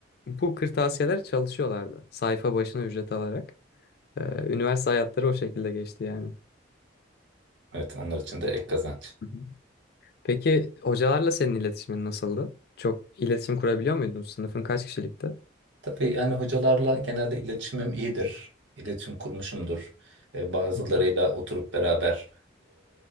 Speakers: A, on the left (about 50°); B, on the right (about 65°).
A: Bu kırtasiyeler çalışıyorlardı. Sayfa başına ücret alarak. Ee, üniversite hayatları o şekilde geçti yani.
B: Evet, onlar için de ek kazanç.
A: Hı hı. Peki hocalarla senin iletişimin nasıldı? Çok iletişim kurabiliyor muydun? Sınıfın kaç kişilikti?
B: Tabii yani hocalarla genelde iletişimim iyidir. İletişim kurmuşumdur. E, bazılarıyla
A: Hı hı.
B: oturup beraber